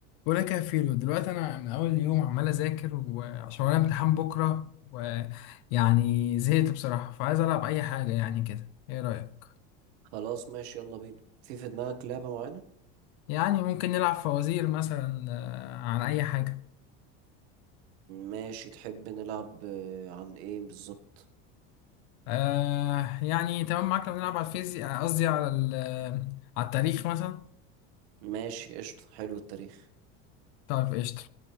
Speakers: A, on the left (about 55°); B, on the right (about 75°).
A: ولا كفيل دلوقتي انا من اول يوم عمال اذاكر وعشان ورايا امتحان بكره ويعني زهقت بصراحه فعايز العب اي حاجه يعني كده ايه رايك
B: خلاص ماشي يلا بينا في في دماغك لعبة معينة
A: يعني ممكن نلعب فوازير مثلا آه، عن اي حاجه
B: ماشي تحب نلعب آه، عن ايه بالظبط
A: آه يعني تمام معاك لو نلعب على الفيزياء قصدي على ال- على التاريخ مثلا
B: ماشي قشطة حلو التاريخ
A: طيب قشطه